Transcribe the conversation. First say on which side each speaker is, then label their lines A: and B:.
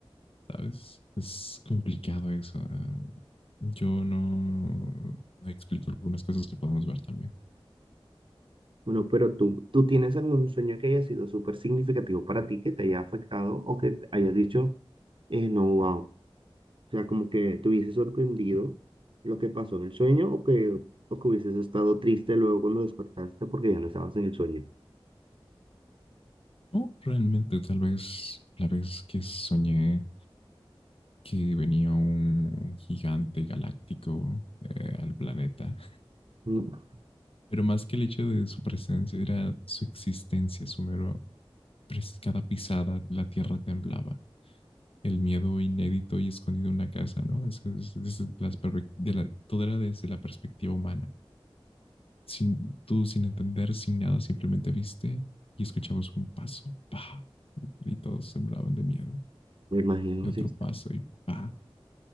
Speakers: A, on the left (about 70°); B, on the right (about 60°).
A: ¿sabes? Es complicado eso. ah, Yo no, no explico algunas cosas que podemos ver también.
B: Bueno, pero tú, ¿tú tienes algún sueño que haya sido súper significativo para ti, que te haya afectado o que te hayas dicho, eh, no, wow? O sea, como que te hubiese sorprendido lo que pasó en el sueño o que, o que hubieses estado triste luego cuando despertaste porque ya no estabas en el sueño.
A: No, realmente, tal vez la vez que soñé que venía un, un gigante galáctico eh, al planeta,
B: Mm,
A: pero más que el hecho de su presencia era su existencia, su mero cada pisada la tierra temblaba. El miedo inédito y escondido en una casa, ¿no? Es- es- desde las de la- todo era desde la perspectiva humana. Sin, tú, sin entender, sin nada, simplemente viste y escuchabas un paso, pa, y todos temblaban de miedo.
B: Me imagino,
A: Y otro
B: sí. está-
A: paso y pa,